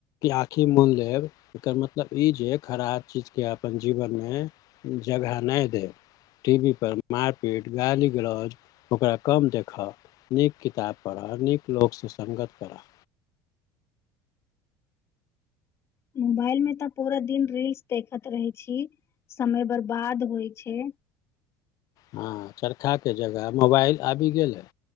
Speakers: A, on the left; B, on the left.
A: आखि मोन लेब एकर मतलब ई जे खराब चीज के अपन जीवन मे जगह नहि दे टी वी पर मारपीट गाली गलौज ओकरा कम देख लिख नीक किताब पढ़ऽ नीक लोक सु संगत करह
B: मोबाइल में तऽ पूरा दिन रील्स देखैत रहै छी समय बर्बाद होइ छै
A: हँ चरखाके जगह मोबाइल आबि गेल है